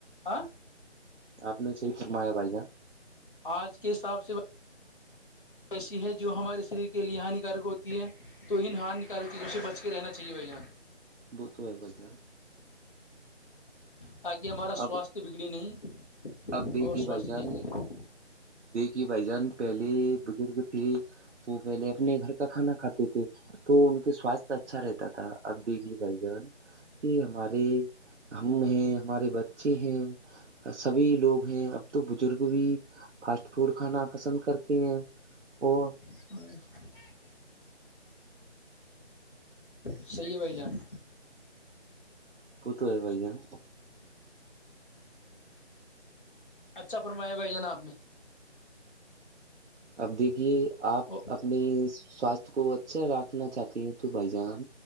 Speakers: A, on the left (about 45°); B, on the right (about 80°).
A: آاں
B: آپ نے صحیح فرمایا بھیا
A: آج کے حساب سے ب ایسی ہے جو ہمارے شریر کے لیے ہانیکارک ہوتی ہے تو ان ہار نکال کیجے اسے بچ کے رہنا چاہیے بھائی جان
B: ب تو ہو کوئی ج
A: تاکہ ہمارا
B: اب
A: سواستھ بگڑے نہیں
B: اب دیکھیے
A: اور سواستھ
B: بھائی جان
A: ٹھیک لگے
B: دیکھیے بھائی جان پہلے بزرگ تھے وہ پہلے اپنے گھر کا کھانا کھاتے تھے تو ان کے سواستھ اچھا رہتا تھا اب دیکھیے بھ جان کہ ہمارے ہم ہیں ہمارے بچے ہیں سبھی لوگ ہیں اب تو بزرگ بھی فاسٹ فوڈ کھانا پسند کرتے ہیں اور
A: اور <inaudible> صحیح ہے بھائی جان
B: کو تو ہے بھائی جان
A: اچھا فرمایا بھائی جان آپ نے <inaudible>
B: اب دیکھیے
A: نے
B: آپ اپنی سواستھ کو اچھا رکھنا چاہتے ہیں تو بھائی جان